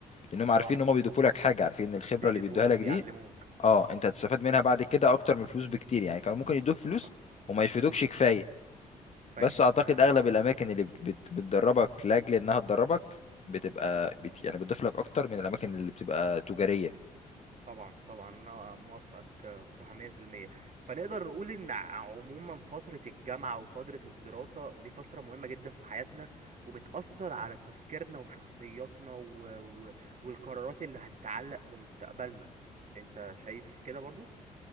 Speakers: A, on the left; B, on the right.
A: لانهم عارفين
B: اه
A: ان هم بيضيفوا لك حاجه عارفين ان الخبره
B: بيضيفولك
A: اللي بيدوها لك
B: بيعلموك
A: دي اه انت هتستفاد منها بعد كده اكتر من الفلوس بكتير يعني كانوا ممكن يدوك فلوس
B: صح
A: وما يفيدوكش كفايه
B: فاهم
A: بس اعتقد
B: فاهم
A: اغلب
B: طبعا
A: الاماكن اللي بت بت بتدربك لاجل انها تدربك بتبقى بت يعني بتضيف لك اكتر من الاماكن اللي بتبقى تجاريه
B: طبعا طبعا انا موافقك آه، بصراحة 100% فنقدر نقول ان ع- عموما فترة الجامعة وفترة الدراسة دي فترة مهمة جدا في حياتنا وبتأثر على تفكيرنا وشخصياتنا و... و... والقرارات اللي هتتعلق بمستقبلنا انت شايف كده برضو؟